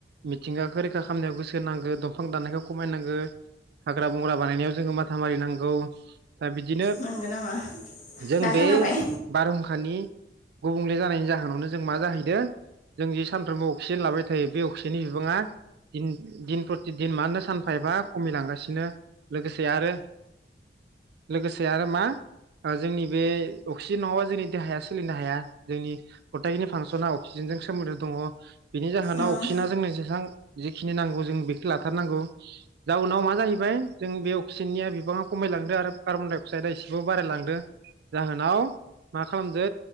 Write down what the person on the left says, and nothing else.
नंगौ नामा
दा
खोनाबाय
उम